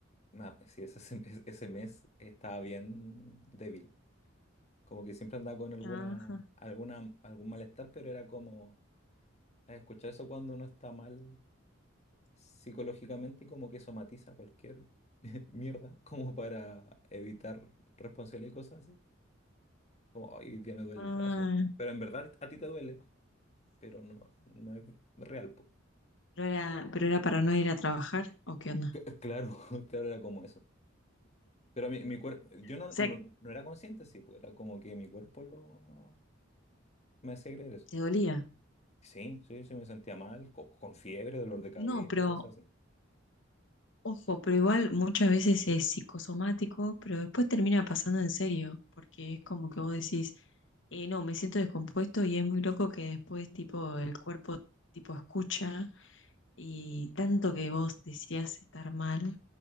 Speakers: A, on the left; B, on the left.
A: ma- sí, ese, sem- es- ese mes estaba bien débil. Como que siempre andaba con alguna,
B: Ajá.
A: alguna, algún malestar, pero era como. eh, Escuchar eso cuando uno está mal psicológicamente, como que somatiza cualquier <laughs> mierda, como para evitar responsabilidad y cosas así. Como, "Ay, hoy día me duele
B: ah.
A: el brazo. Pero en verdad a ti te duele, pero no, no es real, po.
B: Pero era, pero era para no ir a trabajar, ¿o qué onda?
A: C- Claro, <laughs> claro, era como eso. Pero mi, mi cuerpo, yo no,
B: O sea,
A: no, no era consciente, sí, pues era como que mi cuerpo lo me hacía creer eso.
B: te dolía.
A: Sí, sí, sí, me sentía mal, co- con, fiebre, dolor de cabeza,
B: No, pero
A: cosas así.
B: ojo, pero igual muchas veces es psicosomático, pero después termina pasando en serio, porque es como que vos decís, eh, no, me siento descompuesto y es muy loco que después tipo el cuerpo tipo escucha Y tanto que vos decías estar mal,